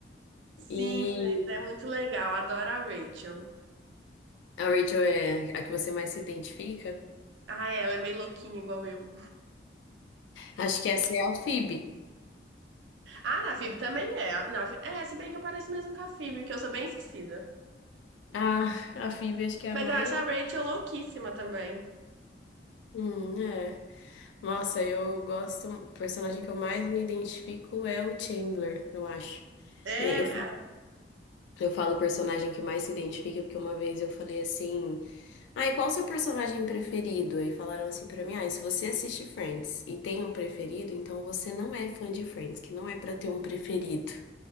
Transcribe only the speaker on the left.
E
a Rachel é a que você mais se identifica?
Acho que essa é a Phoebe.
Ah, a Phoebe
acho que é
a mais...
Hum, é. Nossa, eu gosto... O personagem que eu mais me identifico é o Chandler, eu acho.
É, Eu
Eu falo personagem que mais se identifica, porque uma vez eu falei assim, ah, e qual o seu personagem preferido? Aí falaram assim pra mim, ah, e se você assiste Friends e tem um preferido, então você não é fã de Friends, que não é pra ter um preferido.